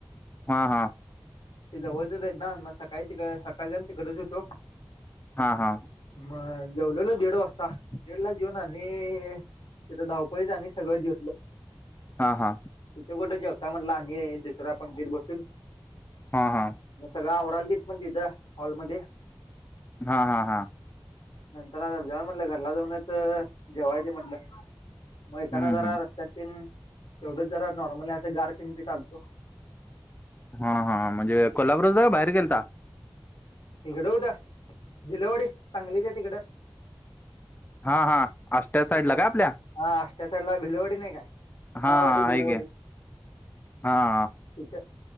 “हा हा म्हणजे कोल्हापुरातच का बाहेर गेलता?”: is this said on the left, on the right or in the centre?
Left